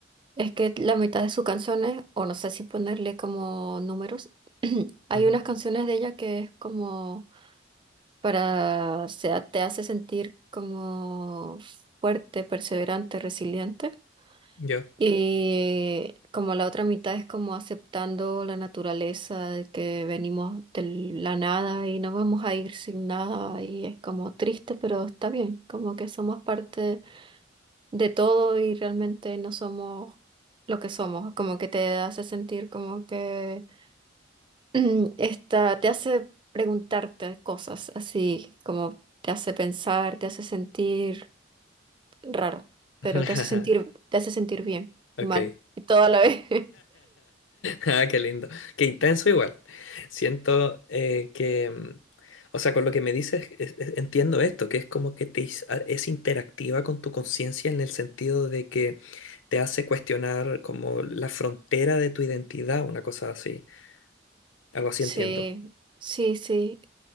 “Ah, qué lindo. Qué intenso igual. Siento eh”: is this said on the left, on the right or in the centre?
Left